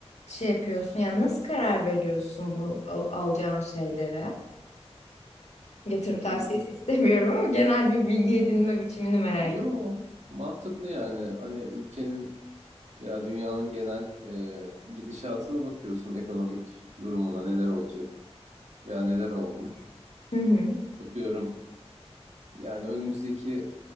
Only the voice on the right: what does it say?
m-
yo,
mantıklı yani. Hani ülkenin veya dünyanın genel e, gidişatına bakıyorsun, ekonomik durumuna neler olacak veya neler olmuş.
Atıyorum yani önümüzdeki